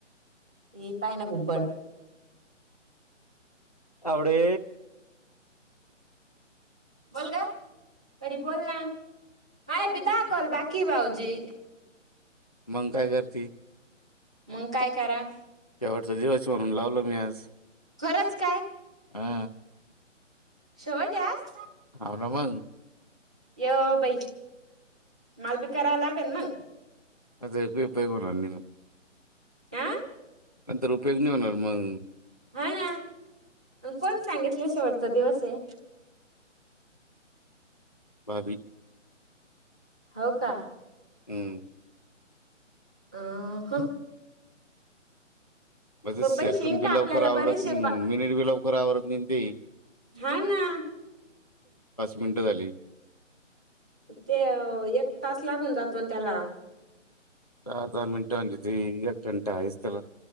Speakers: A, in the centre; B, on the left.
A: इ पाय ना घुबड.
B: आवडे..
A: बोल ग परी बोल ना. महे बी दहा कॉल बाकी भाऊजी
B: मंग काय करती
A: मग काय करा
B: शेवटचा दिवस म्हणून लावलो मी आज.
A: खरंच काय.
B: हा
A: शेवट हे आज
B: हाव ना मंग
A: य बाई मालबीकरा लागेन ना
B: <inaudible>
A: आ
B: नंतर उपयोग नाही होणार मंग
A: हा ना कोण सांगितलं शेवटचा दिवस आहे.
B: भाबी
A: हो का
B: हम्.
A: अ ह.
B: म्हणझे
A: पण
B: सेकंड
A: पैसे येईन
B: बि
A: का
B: लवकर
A: आपल्याला
B: आवडत
A: बरेचसे कॉ
B: मिनिट बि लवकर आवडत नाही ते
A: हा ना.
B: मिट झाली.
A: ते एक तास लागून जातो नात्याला
B: दहा दहा मिनिटं म्हणतात ते एक घंटा आहे त्याला